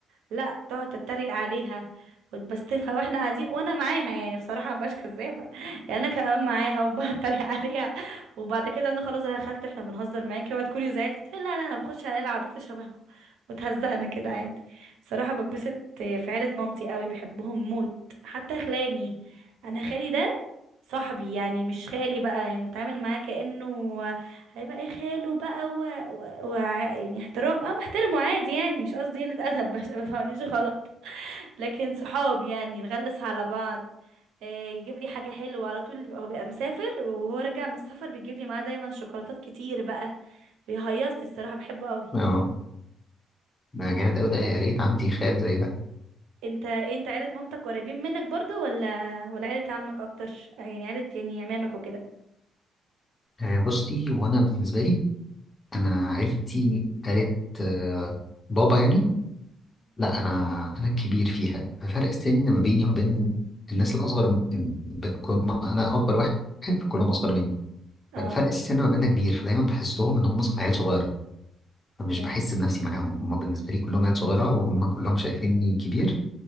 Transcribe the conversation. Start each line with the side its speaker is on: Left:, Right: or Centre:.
Right: لا تقعد تتريق عليها وتبستفها واحنا قاعدين وانا معاها يعني بصراحه مبقاش كذابه <laughs> يعني انا كمان معاها وبقعد اتريق عليها وبعد كده انا خلاص يا خالتي احنا بنهزر معاكي وهتكوني تكوني زعلت تقولي لا لا انا بخش على العبيطه شبهكم وتهزقنا كده عادي بصراحه ببسط في عيله مامتي قوي بحبهم موت حتى خلاني انا خالي ده صاحبي يعني مش خالي بقى يعني بتعامل معاه كأنه هيبقى خاله بقى و... و... و... يعني احترام اه بحترمه عادي يعني مش قصدي قلة ادب عشان ما تفهمنيش غلط لكن صحاب يعني نغلس على بعض آه، يجيب لي حاجة حلوة على طول بيبقى- هو بيبقى مسافر وهو راجع من السفر بيجيب لي معاه دايما شوكولاتات كتير بقى بيهيصني الصراحة بحبه قوي
Left: اه ده جامد اوي ده يا ريت عندي خال زي ده
Right: انت إيه، انت عيلة مامتك قريبين منك برضو ولا ولا عيلة عمك اكتر يعني عيلة يعني عمامك وكده
Left: آه بصي وانا بالنسبة لي انا عيلتي قالت آه بابا يعني لا انا انا الكبير فيها ففرق السن ما بيني وما بين الناس الاصغر من- ب- كل ما انا اكبر واحد فكلهم اصغر مني
Right: اه
Left: فالفرق السن ما بيننا كبير فدايما بحسهم ان هم عيال صغيرة فمش
Right: اوكي
Left: بحس بنفسي معاهم هم بالنسبة لي كلهم عيال صغيرة وهم كلهم شايفيني كبير